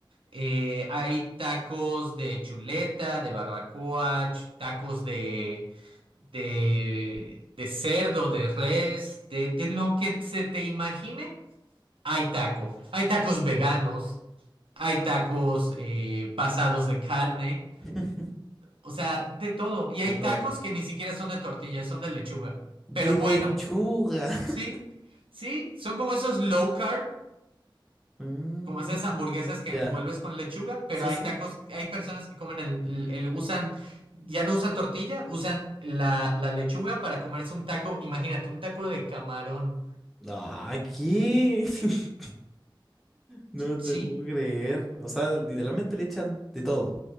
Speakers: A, on the right (about 85°); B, in the centre.
A: Eh, hay tacos de chuleta, de barbacoa, ch- tacos de, de, de cerdo, de res, de, de lo que se te imagine, hay taco. Hay tacos veganos, hay tacos eh, pasados de carne.
B: <laughs>
A: O sea, de todo. Y
B: De
A: hay
B: todo.
A: tacos que ni siquiera son de tortilla, son de lechuga. Pero
B: De
A: bueno,
B: lechuga. <laughs>
A: sí, sí, son como esos low carb,
B: Mm,
A: como esas hamburguesas que
B: ya.
A: envuelves con lechuga, pero
B: Sí,
A: hay
B: sí.
A: tacos, hay personas que comen el, el- el- usan, ya no usan tortilla, usan la, la lechuga para comerse un taco, imagínate, un taco de camarón.
B: Ah, ¿qué? <laughs> No
A: Sí,
B: te puedo creer. O sea, literalmente le echan de todo.